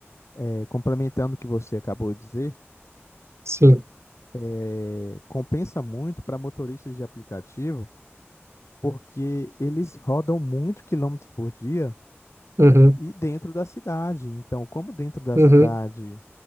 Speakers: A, on the left; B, on the right.
A: é, complementando o que você acabou de dizer,
B: sim.
A: é, compensa muito para motoristas de aplicativo, porque eles rodam muito quilômetros por dia
B: Uhum,
A: e dentro da cidade. Então, como dentro da
B: uhum,
A: cidade